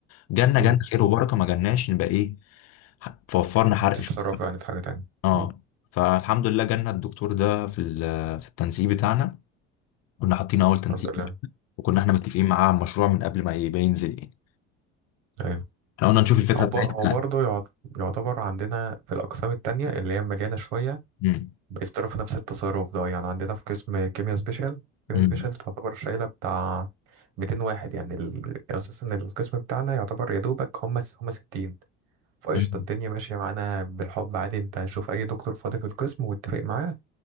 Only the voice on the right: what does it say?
مم.
بتتصرفوا
يعني في حاجه تانية
مم.
الحمد لله
مم.
ايوه
او
ب... او برضه يعت- يعتبر عندنا في الاقسام التانية اللي هي مليانه شويه
بيتصرفوا نفس التصرف ده يعني عندنا في قسم كيمياء سبيشال كيمياء
سبيشال تعتبر شايله بتاع 200 واحد يعني ال... اساسا القسم بتاعنا يعتبر يا دوبك هم هم 60 فقشطة
الدنيا ماشية معانا بالحب عادي انت شوف اي دكتور فاضي في القسم واتفق معاه